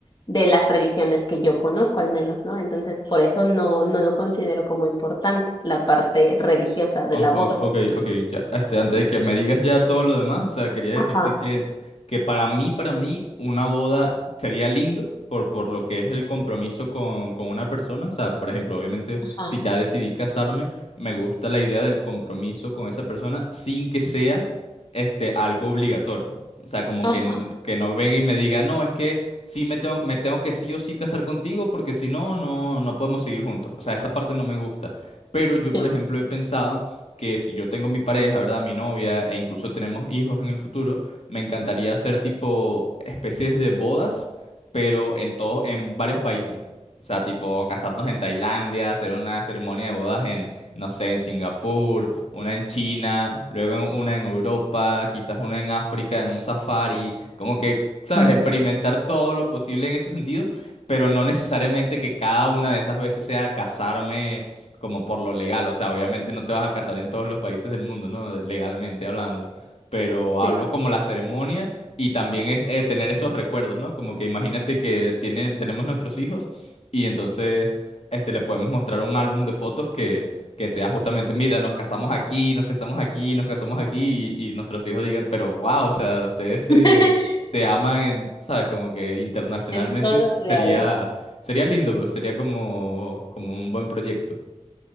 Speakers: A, on the left; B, on the left.
A: de las religiones que yo conozco al menos, ¿no? Entonces, por eso no, no lo considero como importante, la parte religiosa
B: O-
A: de la boda.
B: o- Ok, ok, ya, este, antes de que me digas ya todo lo demás, o sea, quería decirte
A: Ajá.
B: que, que para mí, para mí, una boda sería lindo por, por lo que es el compromiso con, con una persona, o sea, por ejemplo, obviamente,
A: Ajá,
B: si ya decidí casarme, me gusta la idea del compromiso con esa persona sin que sea, este, algo obligatorio, o sea, como
A: ajá,
B: que, n- que no venga y me diga, no, es que sí me tengo, me tengo que sí o sí casar contigo porque si no, no, no podemos seguir juntos, o sea, esa parte no me gusta, pero yo,
A: sí,
B: por ejemplo, he pensado que si yo tengo mi pareja, ¿verdad? Mi novia, e incluso tenemos hijos en el futuro, me encantaría hacer tipo especies de bodas, pero en todo, en varios países. O sea, tipo casarnos en Tailandia, hacer una ceremonia de bodas en, no sé, en Singapur, una en China, luego en- una en Europa, quizás una en África, en un safari, como que, ¿sabes?
A: ujú,
B: Experimentar todo lo posible en ese sentido, pero no necesariamente que cada una de esas veces sea casarme como por lo legal, o sea, obviamente no te vas a casar en todos los países del mundo, ¿no? De- Legalmente hablando, pero
A: sí.
B: hablo como la ceremonia y también es eh, tener esos recuerdos, ¿no? Como que imagínate que tienen, tenemos nuestros hijos y entonces este, le podemos mostrar un álbum de fotos que, que sea justamente, mira, nos casamos aquí, nos casamos aquí, nos casamos aquí y, y nuestros hijos digan, pero wow, o sea, ustedes se,
A: <laughs>
B: se aman, en, ¿sabes? Como que internacionalmente
A: en todos los lugares.
B: sería... Sería lindo, pero sería como, como un buen proyecto.